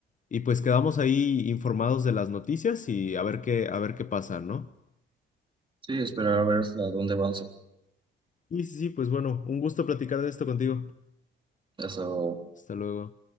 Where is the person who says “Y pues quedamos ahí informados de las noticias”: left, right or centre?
Left